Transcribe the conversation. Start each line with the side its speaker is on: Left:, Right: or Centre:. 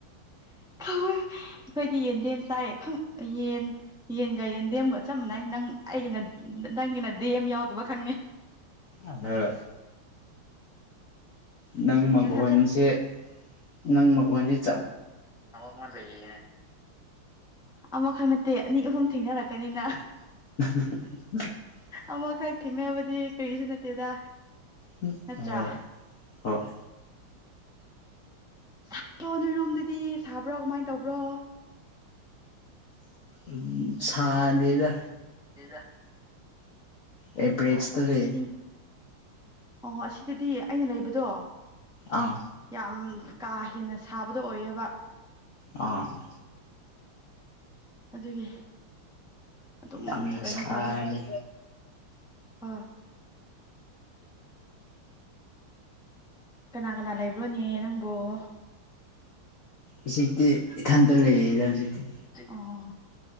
Centre: ꯑꯩꯈꯣꯏꯗꯤ ꯗꯦꯝ ꯆꯥꯏꯌꯦ ꯌꯦꯟ ꯌꯦꯟꯒ ꯌꯦꯟꯗꯦꯝꯒ ꯆ ꯃꯥꯟꯅꯩ ꯅꯪ ꯑꯩꯒꯤꯅ ꯅꯪꯒꯤꯅꯗꯤꯦꯝ ꯌꯥꯎꯗꯕ ꯈꯪꯉꯤ
Left: ꯑꯗꯣ ꯅꯪ ꯃꯈꯒꯣꯟꯁꯦ
Centre: ꯅꯊꯟꯗ
Left: ꯅꯪ ꯃꯈꯒꯣꯟꯁꯦ
Centre: ꯑꯋꯥ ꯃ ꯂꯩꯅꯦ ꯑꯃꯈꯛ ꯅꯠꯇꯦ ꯑꯅꯤ ꯑꯍꯨꯝ ꯊꯦꯡꯅꯔꯛꯀꯅꯤꯅ
Left: <unintelligible>
Centre: ꯑꯃꯈꯛ ꯊꯦꯡꯅꯕꯗꯤ ꯀꯔꯤꯁꯨ ꯅꯠꯇꯦꯗ
Left: ꯍꯣꯏ
Centre: ꯅꯠꯇ꯭ꯔꯥ
Left: ꯍꯣꯏ
Centre: ꯁꯥꯣ ꯅꯣꯏꯔꯣꯝꯗꯗꯤ ꯁꯥꯕ꯭ꯔꯣ ꯀꯃꯥꯏꯅ ꯇꯧꯕ꯭ꯔꯣ
Left: ꯎ ꯁꯥꯟꯗꯗ
Centre: ꯁꯤꯗ
Left: ꯑꯦꯚꯔꯦꯖ ꯇꯔ
Centre: ꯏꯪ ꯑꯣ ꯑꯁꯤꯗꯗꯤ ꯑꯩꯅ ꯂꯩꯕꯗꯣ
Left: ꯑꯥ
Centre: ꯌꯥꯝ ꯀꯥ ꯍꯦꯟꯅ ꯁꯥꯕꯗꯣ ꯑꯣꯏꯌꯦꯕ
Left: ꯑ
Centre: ꯑꯗꯨꯒꯤ ꯑꯗꯨꯝ
Left: ꯌꯥꯝꯅ
Centre: ꯀꯩꯅꯣ
Left: ꯁꯥꯗꯦ
Centre: ꯇꯧꯋꯦ ꯍꯣꯏ ꯀꯅꯥ ꯀꯅꯥ ꯂꯩꯕ꯭ꯔꯣꯅꯦ ꯅꯪꯕꯨꯣ
Left: ꯍꯧꯖꯤꯛꯇꯤ ꯏꯊꯟꯇ ꯂꯩꯔꯤꯗ ꯍꯧꯖꯤꯛꯇꯤ
Centre: ꯑꯣ